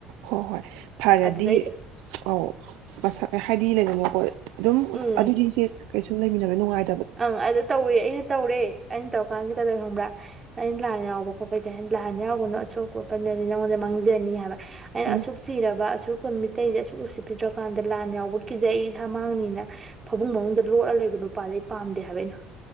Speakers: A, on the right; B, on the right.
A: ꯍꯣꯏ ꯍꯣꯏ ꯐꯔꯗꯤ
B: ꯑꯗꯨꯗꯩ
A: ꯑꯧ ꯃꯁꯛ ꯍꯥꯏꯗꯤ ꯂꯩꯗꯅꯀꯣ ꯑꯗꯨꯝ
B: ꯎꯝ
A: ꯑꯗꯨꯗꯤ ꯏꯆꯦ ꯀꯩꯁꯨꯨꯝ ꯂꯩꯃꯤꯟꯅ ꯅꯨꯡꯉꯥꯏ
B: ꯑꯪ ꯑꯗꯨ ꯇꯧꯔꯦ ꯑꯩꯅ ꯇꯧꯔꯦ ꯑꯩꯅ ꯇꯧꯔꯀꯥꯟꯁꯤꯗ ꯀꯩꯗꯧꯋꯤ ꯈꯪꯕ꯭ꯔꯥ ꯑꯩꯅ ꯂꯥꯟ ꯌꯥꯎꯕ ꯈꯣꯠꯄꯩꯗꯤ ꯂꯥꯟ ꯌꯥꯎꯒꯅꯣ ꯑꯁꯣꯛ ꯑꯄꯟꯗꯗꯤ ꯅꯉꯣꯟꯗ ꯃꯥꯡꯖꯅꯤ ꯍꯥꯏꯕ ꯑꯩꯅ
A: ꯎꯝ
B: ꯑꯁꯨꯛ ꯆꯤꯔꯕ ꯑꯁꯨꯛ <unintelligible> ꯃꯩꯇꯩꯁꯦ ꯑꯁꯨꯛ ꯎꯁꯤꯠꯄꯤꯗ꯭ꯔꯀꯥꯟꯗ ꯂꯥꯟ ꯌꯥꯎꯕ ꯀꯤꯖꯩ ꯑꯩ ꯏꯁꯥ ꯃꯥꯡꯅꯤꯅ ꯐꯃꯨꯡ ꯃꯅꯨꯡꯗ ꯂꯣꯠꯂ ꯂꯩꯕ ꯅꯨꯄꯥꯗꯣ ꯑꯩ ꯄꯥꯝꯗꯦ ꯍꯥꯏꯕ ꯑꯩꯅ